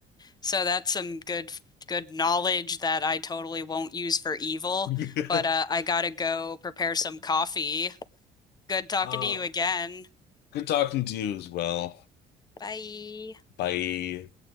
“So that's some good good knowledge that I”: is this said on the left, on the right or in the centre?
Left